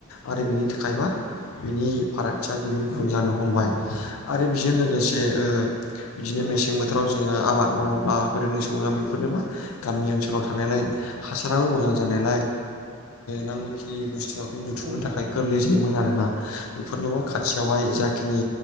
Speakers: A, on the left (about 75°); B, on the right (about 35°).
A: आरो
B: औ
A: बिनि थाखायबा बिनि फारागथिया गुबुन गुबुन
B: औ नोंथां
A: जानो हमबाय आरो बेजों लोगोसे ओ इदिनो
B: औ
A: मेसें बो थोराव जोंङो आबाद मावोब्ला गोदोनि समाव बेफोरनो मा गामि ओनसोलाव थानायलाय हासाराबो
B: औ
A: मोजां जानायालाय नांगौखिनि मस्लाखौ बुथुमनो
B: औ
A: थाखाय गोरलै इदिनोमोन आरोना बेफोरनोबो खाथियावहाय जाखिनि